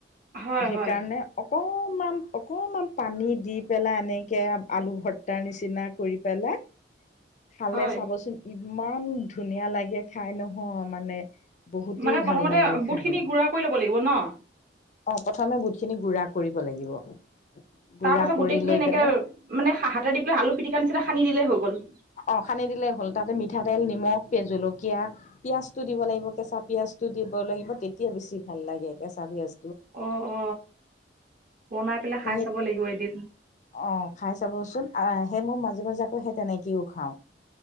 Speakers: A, on the right (about 50°); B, on the left (about 40°).
A: হয়
B: সেইকাৰণে
A: হয়
B: অকমান অকনমান পানী দি পেলাই, এনেকে আলু ভৰ্তাৰ নিচিনা কৰি পেলাই। খালে
A: হয়
B: চাবচোন ইমান ধুনীয়া লাগে খাই নহয় মানে। বহুতেই
A: মানে
B: ভাল
A: প্ৰথমতে
B: লাগে খাই
A: বুটখিনি গুৰা কৰি ল'ব লাগিব ন?
B: অ প্ৰথমে বুটখিনি গুৰা কৰিব লাগিব। গুড়া
A: তাৰ পাছত
B: কৰি
A: গোটেইখিনি
B: লৈ
A: এনেকে
B: পেলাই
A: মানে হাতে দি পেলাই আলু পিটিকা নিচিনা সানি দিলেই হৈ গ'ল।
B: অ খানি দিলে হ'ল। তাতে মিঠাতেল, নিমখ, তে জলকীয়া, পিঁয়াজটো দিব লাগিব কেঁচা পিঁয়াজ। সেইটো দিব লাগিব তেতিয়া বেছি ভাল লাগে, কেঁচা পিঁয়াজ।
A: অ-অ, বনাই পেলাই খাই
B: সেই
A: চাব লাগিব এদিন।
B: অ, খাই চাবচোন, আহ, সেই মই মাজে- মাজে আকৌ সেই তেনেকেও খাওঁ।